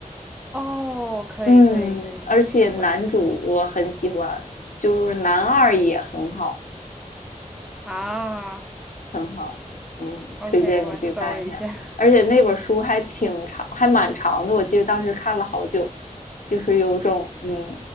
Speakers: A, in the centre; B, on the left.
A: 哦，可以可以可以，
B: 嗯，而且男主我很喜欢，
A: 我听写
B: 就是男二也很好。
A: 啊
B: 很好，嗯，
A: ，OK，
B: 推荐你去看一下。
A: 我搜一下。
B: 而且那本书还挺长，还蛮长的，我记得当时看了好久，就是有种嗯，